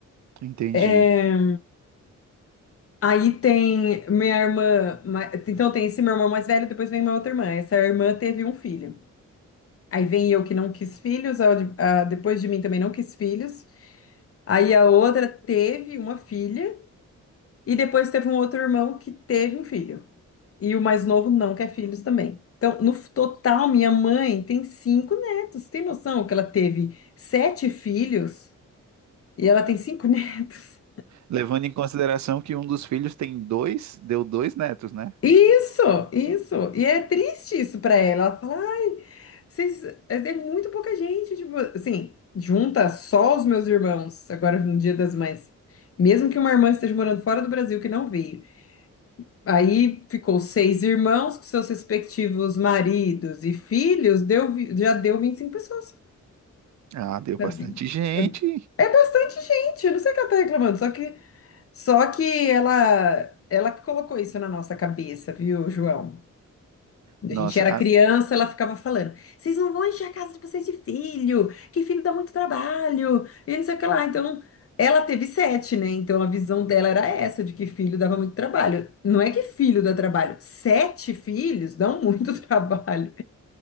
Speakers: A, on the right; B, on the left.
A: Entendi.
B: É, aí tem minha irmã, ma- então tem esse meu irmão mais velho, depois vem minha outra irmã. Essa irmã teve um filho. Aí vem eu que não quis filhos, a de- a depois de mim também não quis filhos. Aí a outra teve uma filha. E depois teve um outro irmão que teve um filho. E o mais novo não quer filhos também. Então, no total, minha mãe tem cinco netos. Tem noção que ela teve sete filhos e ela tem cinco <laughs> netos?
A: Levando em consideração que um dos filhos tem dois, deu dois netos, né?
B: Isso, isso. E é triste isso pra ela. Ela fala, ai, vocês, é é muito pouca gente. Tipo, assim, junta só os meus irmãos agora no Dia das Mães. Mesmo que uma irmã esteja morando fora do Brasil que não veio. Aí ficou seis irmãos com seus respectivos maridos e filhos, deu, vi- já deu 25 pessoas.
A: Ah, deu
B: sabe?
A: bastante gente.
B: É, é bastante gente, eu não sei o que ela tá reclamando, só que, só que ela, ela que colocou isso na nossa cabeça, viu, João? Quando
A: Nossa,
B: a gente era
A: a-
B: criança, ela ficava falando: vocês não vão encher a casa de vocês de filho, que filho dá muito trabalho, e não sei o que lá. Então, ela teve sete, né? Então, a visão dela era essa, de que filho dava muito trabalho. Não é que filho dá trabalho, sete filhos dão muito <laughs> trabalho.